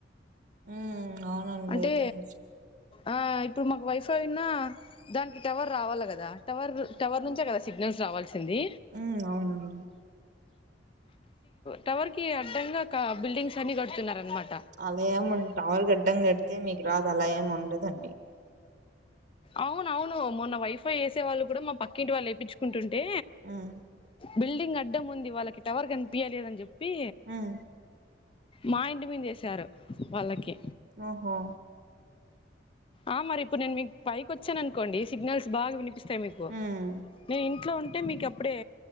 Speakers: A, on the right; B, on the left.
A: ఉం అవునండి
B: అంటే
A: అయితే నే
B: ఆ ఇప్పుడు మాకు వైఫై ఉన్న దానికి టవర్ రావాలా కదా టవర్ టవర్ నుంచే కదా సిగ్నల్స్ రావాల్సింది
A: ఉం అవునండి
B: టవర్ కి అడ్డంగా కా బిల్డింగ్స్ అన్ని గడుతున్నారు అనమాట
A: అలా ఏం టవర్ కడ్డం కడితే మీకు రాదు అలా ఏమి ఉండదండి
B: అవున అవును మొన్న వైఫై వేసే వాళ్ళు కూడా మా పక్కింటి వాళ్ళు ఏప్పించుకుంటుంటే
A: ఉం
B: బిల్డింగ్ అడ్డం ఉంది వాళ్ళకి టవర్ కనిపియలేదని చెప్పి
A: ఉమ్
B: మా ఇంటి మీద వేశారు వాళ్ళకి
A: ఓహో
B: ఆ మరి ఇప్పుడు నేను మీకు పైకి వచ్చాను అనుకోండి సిగ్నల్స్ బాగా వినిపిస్తాయి మీకు
A: ఉమ్
B: నేను ఇంట్లో ఉంటే మీకు అప్పుడే